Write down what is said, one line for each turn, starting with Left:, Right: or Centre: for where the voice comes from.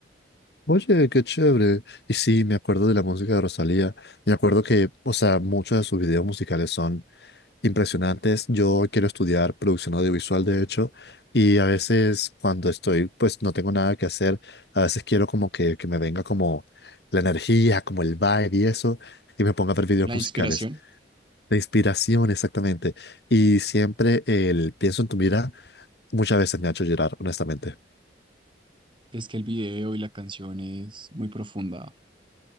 Left: Oye, qué chévere. Y sí, me acuerdo de la música de Rosalía. Me acuerdo que, o sea, muchos de sus videos musicales son impresionantes. Yo quiero estudiar producción audiovisual, de hecho, y a veces cuando estoy, pues no tengo nada que hacer, a veces quiero como que, que me venga como la energía, como el vibe y eso, y me ponga a ver videos
Right: La inspiración
Left: musicales. La inspiración, exactamente. Y siempre el pienso en tu mirada, muchas veces me ha hecho llorar, honestamente.
Right: es que el video y la canción es muy profunda.